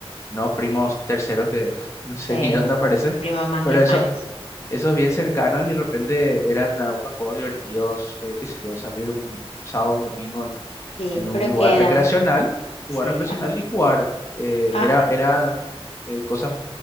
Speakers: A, on the left; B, on the left.
A: no primos terceros que <laughs> no sé
B: sí,
A: ni de dónde aparecen,
B: primos más
A: pero
B: lejanos.
A: eso, esos bien cercanos y de repente eran algunos juegos divertidos, eh, qué sé yo, salir un sábado, un domingo
B: Sí,
A: en un
B: pero
A: lugar
B: queda,
A: recreacional, lugar
B: sí,
A: recreacional
B: ah,
A: y jugar. Eh,
B: ah,
A: era, eran eh, cosas